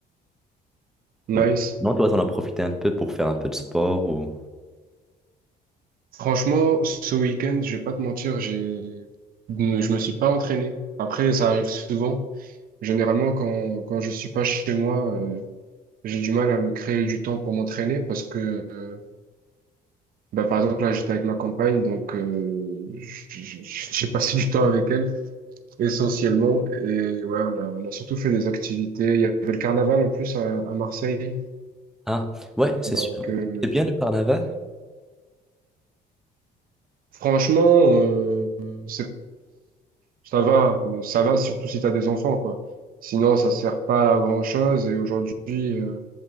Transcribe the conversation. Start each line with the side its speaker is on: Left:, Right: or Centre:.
Right: Nice.
Centre: Mm. Non, toi, t'en as profité un peu pour faire un peu de sport ou...
Right: Franchement, ce week-end, je vais pas te mentir, j'ai, ne- je me suis pas entraîné. Après, ça arrive souvent. Généralement, quand, quand je suis pas chez moi, euh, j'ai du mal à me créer du temps pour m'entraîner parce que, euh, bah, par exemple, là, j'étais avec ma compagne, donc, euh, j- j- j'ai passé du temps avec elle, essentiellement. Et ouais, on a, on a surtout fait des activités. Il y avait le carnaval, en plus, à, à Marseille.
Centre: Ah, ouais, c'est
Right: Donc,
Centre: sûr.
Right: euh,
Centre: C'est bien le carnaval?
Right: Franchement, euh, c'est, ça va, mais ça va surtout si tu as des enfants, quoi. Sinon, ça sert pas à grand-chose et aujourd'hui, euh,